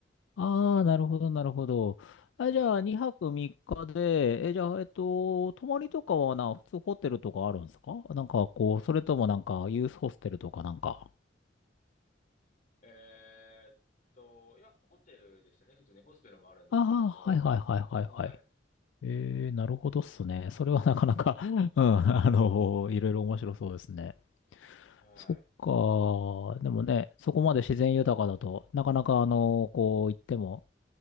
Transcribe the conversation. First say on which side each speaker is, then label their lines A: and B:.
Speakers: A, on the left; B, on the left.
A: ああ、なるほど、なるほど。あ、
B: は
A: じゃあ、2泊3日で、え、じゃあ、えっと、泊まりとかはな、普通ホテルとかあるんですかなんか、こう、それともなんか、ユースホステルとかなんか。
B: い。えーっと、いや、ホテルでしたね。普通にホステルもあるんですけども。
A: ああ、はいはいはいはいはい。
B: はい。
A: ええ、なるほどっすね。それはなかなか、うん、<laughs> あの、いろいろ面白そうですね。
B: はい。
A: そっか。でもね、そこまで自然豊かだとなかなか、あの、こう行っても。